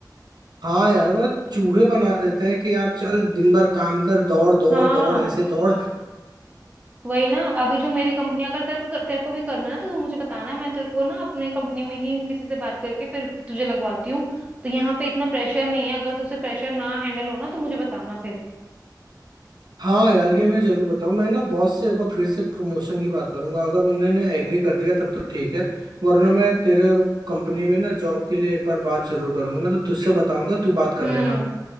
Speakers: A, on the right; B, on the right.
A: हाँ यार मतलब चूहे बना देते हैं कि यार चल दिन भर काम कर दौड़ दौड़
B: हाँ
A: दौड़ ऐसे दौड़
B: वही ना अभी जो मेरी कंपनी अगर तेरे को तेरे को भी करना है ना तो तू मुझे बताना मैं तेरे को ना अपने कंपनी में ही किसी से बात करके फिर तुझे लगवाती हूँ तो यहाँ पे इतना प्रेशर नहीं है अगर तुझे प्रेशर ना हैंडल हो ना तो मुझे बताना फिर
A: हाँ यार ये मैं जरूर बताऊँ मैं ना बॉस से एक बार फिर से प्रमोशन की बात करूंगा अगर उन्होंने एग्री कर दिया तब तो ठीक है वरना मैं तेरे कंपनी में ना जॉब के लिए एक बार बात जरूर करूंगा मैं तो तुझसे बताऊंगा तू बात कर
B: हम्म
A: लेना